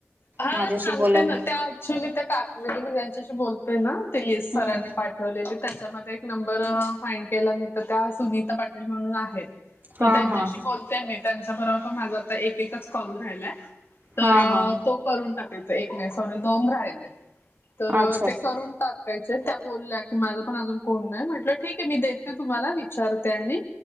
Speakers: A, on the left; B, on the right.
A: हा
B: माझ्याशी
A: सांगते
B: बोलायला
A: ना त्या ऍक्च्युली त्या काकी मी ज्यांच्याशी बोलते ना ते सरांनी
B: हम्म
A: पाठ ठेवलेली त्याच्यामध्ये एक नंबर अ फाइन केला मी तर त्या सुनीता पाटील म्हणून आहेत.
B: हा
A: तर त्यांच्याशी
B: हा
A: बोलतेय मी त्यांच्याबरोबर पण माझा आता एक एकच कॉल राहिलाय. तर
B: हा हा
A: तो करून टाकायचा एक नाही सॉरी दोन राहिले तर
B: अच्छा अच्छा
A: ते करून टाक. बघायचे त्या बोलल्या की माझं पण अजून कोण नाही म्हटलं ठीक आहे मी देते तुम्हाला विचारते आणि